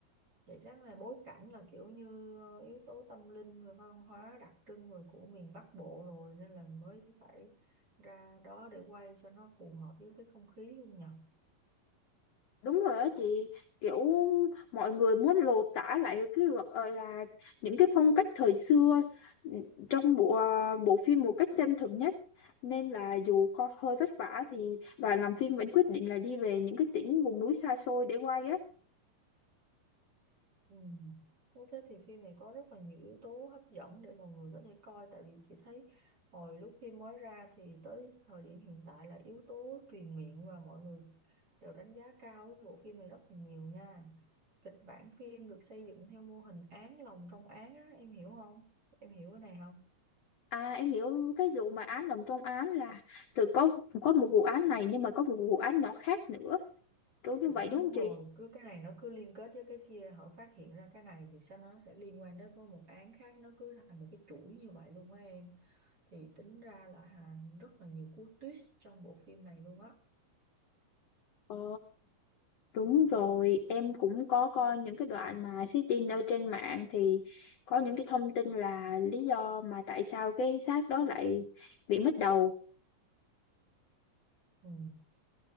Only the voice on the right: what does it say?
vậy chắc là bối cảnh là kiểu như ờ, yếu tố tâm linh rồi văn hóa đặc trưng rồi của miền Bắc Bộ rồi nên là mới phải ra đó để quay cho nó phù hợp với cái không khí luôn nhỉ
Ừ. Thế thế thì phim này có rất là nhiều yếu tố hấp dẫn để mọi người có thể coi tại vì chị thấy hồi lúc phim mới ra thì tới thời điểm hiện tại là yếu tố truyền miệng và mọi người đều đánh giá cao cái bộ phim này rất là nhiều nha. Kịch bản phim được xây dựng theo mô hình án lồng trong án á, em hiểu không? Em hiểu cái này không?
Đúng,
đúng
rồi,
cứ cái này nó cứ liên kết với cái kia, hở phát hiện ra cái này thì sao nó sẽ liên quan đến với một án khác, nó cứ thành một cái chuỗi như vậy luôn á em. thì tính ra là Hà rất là nhiều cú twist trong bộ phim này luôn á
ừ.